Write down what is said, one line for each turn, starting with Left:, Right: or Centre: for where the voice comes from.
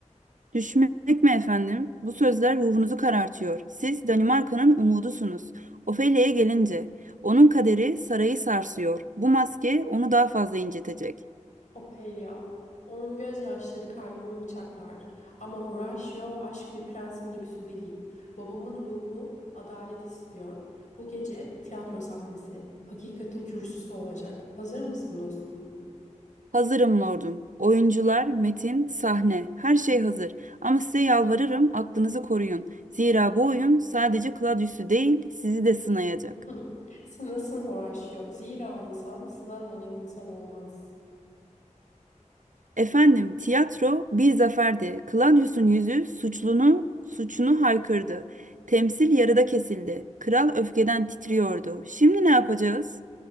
Right: Düşmek mi efendim? Bu sözler ruhunuzu karartıyor. Siz Danimarka'nın umudusunuz. Ofelia'ya gelince, onun kaderi sarayı sarsıyor. Bu maske onu daha fazla incitecek.
Left: Ophelia. Onun gözyaşları kalbimi bıçaklar. Ama Horatio aşk bir prensin lüksü değil. Babamın ruhu adalet istiyor. Bu gece tiyatro sahnesi. Hakikatin kürsüsü olacak. Hazır mısın dostum?
Right: Hazırım lordum. Oyuncular, metin, sahne, her şey hazır. Ama size yalvarırım aklınızı koruyun. Zira bu oyun sadece Claudius'u değil, sizi de sınayacak.
Left: <laughs> Sınasın Horatio. Zira insan sınanmadan insan olmaz.
Right: Efendim, tiyatro bir zaferdi. Claudius'un yüzü suçlunu suçunu haykırdı. Temsil yarıda kesildi. Kral öfkeden titriyordu. Şimdi ne yapacağız?